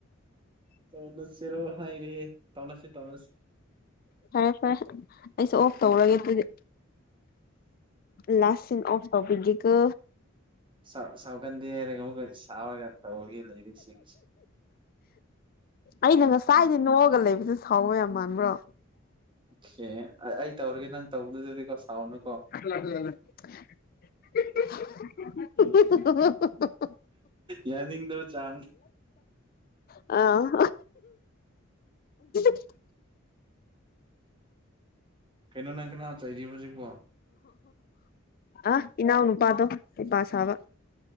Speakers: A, on the right; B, on the left.
A: ꯇꯧꯅꯁꯤꯔꯣ ꯍꯥꯏꯔꯦ ꯇꯧꯅꯁꯤ ꯇꯧꯅꯁꯤ
B: ꯐꯔꯦ ꯐꯔꯦ ꯑꯩꯁꯨ ꯑꯣꯐ ꯇꯧꯔꯒꯦ ꯑꯗꯨꯗꯤ ꯂꯥꯁ ꯁꯤꯟ ꯑꯣꯐ ꯇꯕꯤꯒꯦꯀꯣ
A: ꯁꯥꯎ ꯁꯥꯎꯒꯟꯗꯦ ꯍꯥꯏꯔꯒ ꯑꯃꯨꯛꯀ ꯁꯥꯎꯔꯒ ꯇꯧꯔꯤꯌꯦ ꯂꯩꯔꯤꯁꯤꯡꯁꯤ
B: ꯑꯩꯅ ꯉꯁꯥꯏꯗꯩ ꯅꯣꯛꯑꯒ ꯂꯩꯕꯗꯣ ꯁꯥꯎꯕ ꯌꯥꯝ ꯃꯥꯟꯕ꯭ꯔꯣ
A: ꯑꯣꯈꯦ ꯑꯩ ꯇꯧꯔꯒꯦ ꯅꯪ ꯇꯧꯒꯅꯨ ꯗꯨꯗꯤꯀꯣ ꯁꯥꯎꯅꯣ
B: <inaudible>
A: ꯌꯥꯅꯤꯡꯗꯕ ꯆꯥꯡ
B: ꯑ <inaudible>
A: ꯀꯩꯅꯣ ꯅꯪ ꯀꯅꯥ ꯆꯩꯔꯤꯕ ꯍꯧꯖꯤꯛꯄꯣ
B: ꯑ ꯏꯅꯥꯎ ꯅꯨꯄꯥꯗꯣ ꯍꯩꯄꯥ ꯁꯥꯕ